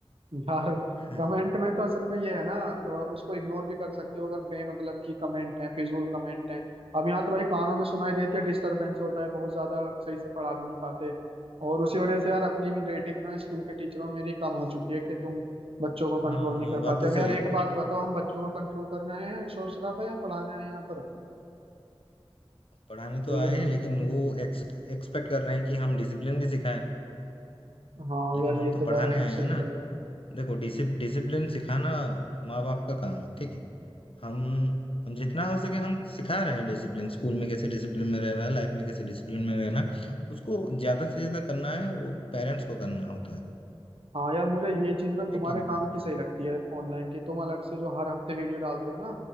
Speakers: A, on the right (about 70°); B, on the left (about 65°).
A: यार
B: <laughs>
A: कमेंट में तो असल में ये है ना अ, उसको इग्नोर भी कर सकते हो अगर बेमतलब की कमेंट है फिजूल कमेंट है अब यहाँ तो भाई कानों में सुनाई देती है डिस्टरबेंस होता है बहुत ज्यादा सही से पढ़ा भी नहीं पाते और उसी वजह से यार अपनी भी रेटिंग ना स्कूल के टीचरों में मेरी कम हो चुकी है कि तुम बच्चों को
B: हाँ
A: कंट्रोल नहीं
B: हाँ
A: कर
B: बात
A: पाते
B: तो
A: अब
B: सही
A: यार एक
B: है
A: बात बताओ हम बच्चों को कंट्रोल करने आए हैं शोर शराबा या पढ़ाने आए हैं यहाँ पर
B: पढ़ाने तो
A: तो
B: आए
A: ये
B: हैं लेकिन वो एक्स, एक्सपेक्ट कर रहे हैं कि हम डिसिप्लिन भी सिखाएं
A: हाँ
B: लेकिन
A: यार
B: हम
A: ये
B: तो
A: तो
B: पढ़ाने
A: बात तुम
B: आए
A: सही
B: हैं ना
A: कह रहे हो
B: देखो डिसिप, डिसिप्लिन सिखाना माँ बाप का काम है ठीक है हम हम जितना हो सके हम सिखा रहे हैं डिसिप्लिन स्कूल में कैसे डिसिप्लिन में रहना है लाइफ में कैसे डिसिप्लिन में रहना है उसको ज्यादा से ज्यादा करना है वो पेरेंट्स को करना होता है
A: हाँ यार मुझे ये चीज ना तुम्हारे
B: है कि नहीं
A: काम की सही लगती है ऑनलाइन की तुम अलग से जो हर हफ्ते वीडियो डालते हो ना